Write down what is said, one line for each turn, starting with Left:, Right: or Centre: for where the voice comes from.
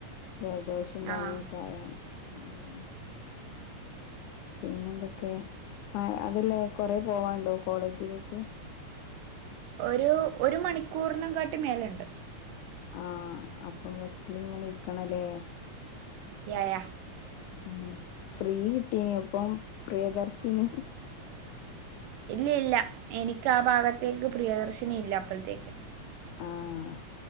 Left: ജലദോഷവും പനിയൊക്കെ
Right: ആഹ്
Left: ആയാണ്ട് മ്. പിന്നെ എന്തൊക്കെ അതല്ല കൊറെ പോവാനുണ്ടോ കോളേജിലേക്ക്?
Right: ഒരു ഒരു മണിക്കൂറിനെകാട്ടി മേലണ്ട്.
Left: ആഹ് അപ്പൊ ബസ്സിൽ ഇങ്ങനെ ഇരിക്കണല്ലേ?
Right: യായ.
Left: ഉം ഫ്രീ കിട്ടീൻ അപ്പൊ പ്രിയദർശിനി.
Right: ഇല്ല ഇല്ല എനിക്ക് ആ ഭാഗത്തേക്ക് പ്രിയദർശിനി ഇല്ല അപ്പഴ്ത്തേക്ക്.
Left: ആഹ്